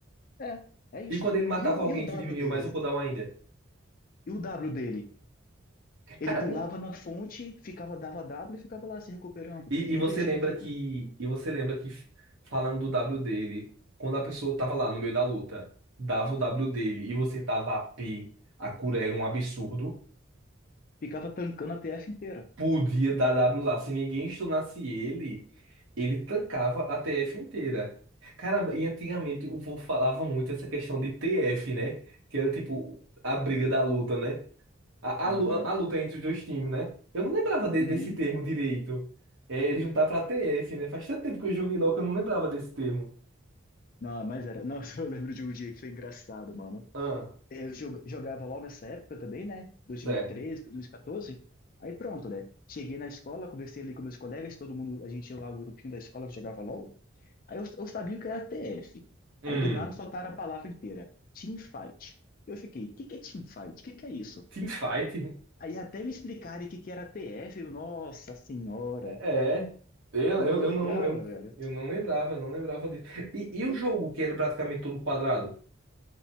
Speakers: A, on the left; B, on the right.
A: É, é isso.
B: E quando ele matava
A: E o,
B: alguém
A: e o W
B: que diminuiu
A: dele?
B: mais o cooldown ainda?
A: E o W dele?
B: Cara,
A: Ele pulava
B: o-
A: na fonte, ficava, dava W e ficava lá se recuperando.
B: E,
A: Nem
B: e você
A: perdia
B: lembra
A: a vida.
B: que, e você lembra que falando do W dele, quando a pessoa tava lá no meio da luta, dava o W dele e você tava a P, a cura era um absurdo,
A: Ficava tancando a TF inteira.
B: podia dar W lá. Se ninguém stunasse ele, ele tancava a TF inteira. Caramba, e antigamente o povo falava muito essa questão de TF, né? Que era tipo a briga da luta, né? A,
A: Aham.
B: a, lu- a luta entre os dois times, né? Eu não lembrava de-
A: Uhum.
B: desse termo direito. É juntar pra TF, né? Faz tanto tempo que eu joguei LoL que eu não lembrava desse termo.
A: Não, mas era. Nossa, <laughs> eu lembro de um dia que foi engraçado, mano.
B: Ah,
A: Eu jo- jogava LOL nessa época também, né? dois
B: certo.
A: dois mil mil e treze, dois mil e 2014. Aí pronto, né? Cheguei na escola, conversei ali com meus colegas, todo mundo, a gente tinha lá o grupinho da escola que jogava LOL. Aí eu, eu sabia o que era TF.
B: Hum,
A: Aí do nada soltaram a palavra inteira. Teamfight. Eu fiquei, o que que é teamfight? O que que é isso?
B: teamfight.
A: Aí até me explicarem o que que era TF, eu, nossa senhora,
B: É. Eu,
A: eu
B: eu,
A: não me
B: eu
A: ligava,
B: não, eu,
A: velho.
B: eu não lembrava, eu não lembrava disso. E, e o jogo que era praticamente todo quadrado?